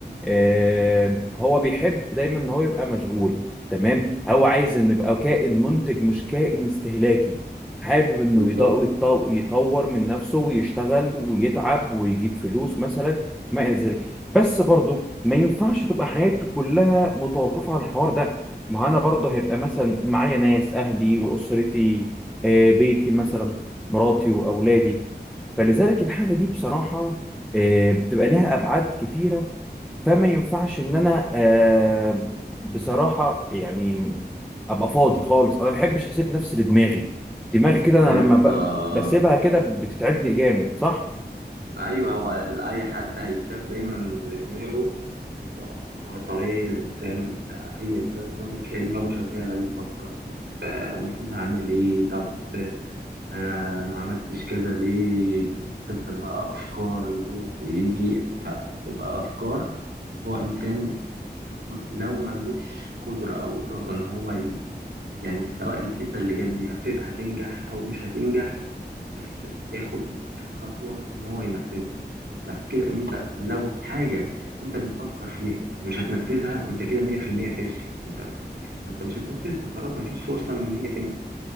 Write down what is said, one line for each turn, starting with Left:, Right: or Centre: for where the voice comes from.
Centre: آه، هو بيحب دايما ان هو يبقى مشغول تمام هو عايز انه يبقى كائن منتج مش كائن استهلاكي حابب انه
Right: بالظبط
Centre: يض- يط- يطور من نفسه ويشتغل ويتعب ويجيب فلوس مثلا ما الى ذلك بس برضه ما ينفعش تبقى حياته كلها متوقفه عن الحوار ده ما هو انا برضه هيبقى مثلا معايا ناس اهلي واسرتي آه، بيتي مثلا مراتي واولادي فلذلك الحاجه دي بصراحه آه، بتبقى لها ابعاد كتيره فما ينفعش ان انا آه بصراحه يعني ابقى فاضي خالص انا ما بحبش اسيب نفسي لدماغي دماغي كده انا
Right: بالظبط
Centre: لما ب- بسيبها كده بتتعبني جامد صح
Right: أيوه هو ال- أي حد هيتكب دايما لدماغه هو طبيعي الإنسان أي إنسان فاضي هتلاقي دماغه شغالة بيفكر طب آه، المفروض أعمل إيه طب انا ما عملتش كذا ليه تفضل بقى افكار يروح ويجي فهتبقى افكار هو انسان لو ما عندوش قدرة او ارادة ان هو ي... يعني سواء الفكرة اللي جت دي هت... هتنجح او مش هتنجح بس ياخد خطوة ان هو ينفذها بعد كده ان انت لو حاجة انت بتفكر فيها مش هتنفذها انت كده 100% فاشل انت انت مش هتنفذها خلاص مفيش فرصة ان هي تنجح